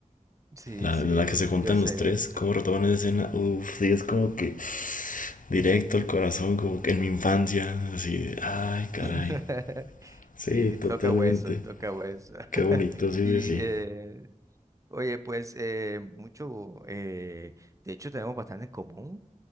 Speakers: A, on the right; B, on the left.
A: Sí,
B: La,
A: sí,
B: en la que se juntan
A: yo sé.
B: los tres, cómo retoman esa escena. Uf, sí, es como que directo al corazón, como que en mi infancia, así, de, ay, caray.
A: <laughs>
B: Sí,
A: Sí, toca
B: totalmente.
A: hueso, toca hueso. <laughs>
B: Qué bonito, sí, sí,
A: Y
B: sí.
A: eh, Oye, pues eh, mucho, eh, de hecho tenemos bastante en común,